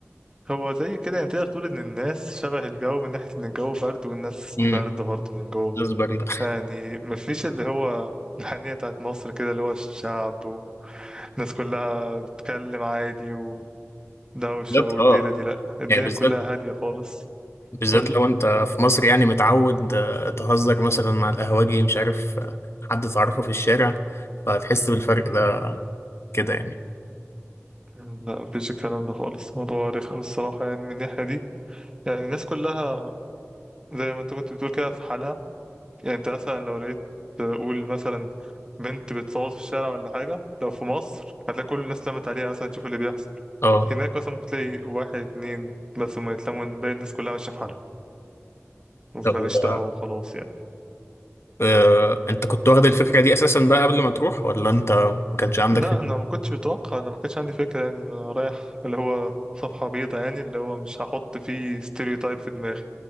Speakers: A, on the right (about 15°); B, on the left (about 60°).
A: هو زي كده يعني تقدر تقول إن الناس شبه الجو من ناحية إن الجو برد والناس
B: امم
A: برد برضه من جوه
B: اصبر ده
A: يعني مفيش اللي هو الحنية بتاعت مصر كده اللي هو الشعب والناس كلها بتتكلم عادي دوشة
B: بالذات
A: والليلة
B: اه
A: دي لأ الدنيا
B: يعني بالذات
A: كلها هادية خالص
B: بالذات
A: قول
B: لو انت في مصر يعني متعود آه، تهزر مثلا مع القهوجي مش عارف آه، حد تعرفه في الشارع فهتحس بالفرق ده كده يعني
A: لا مفيش الكلام ده خالص موضوع رخم الصراحة يعني من الناحية دي يعني الناس كلها زي ما انت كنت بتقول كده في حالها يعني انت مثلا لو لقيت تقول مثلا بنت بتصوت في الشارع ولا حاجة لو في مصر هتلاقي كل الناس لمت عليها مثلا تشوف اللي بيحصل
B: اه
A: هناك مثلا ممكن تلاقي واحد اتنين بس هما يتلموا باقي الناس كلها ماشية في حالها
B: طب
A: ماليش
B: آه،
A: دعوة وخلاص يعني
B: آه، انت كنت واخد الفكرة دي اساسا بقى قبل ما تروح ولا انت ما كانش عندك
A: لا
B: فكرة؟
A: انا ما كنتش متوقع انا ما كانش عندي فكره يعني انا رايح اللي هو صفحه بيضاء يعني اللي هو مش هحط فيه ستيريوتايب في دماغي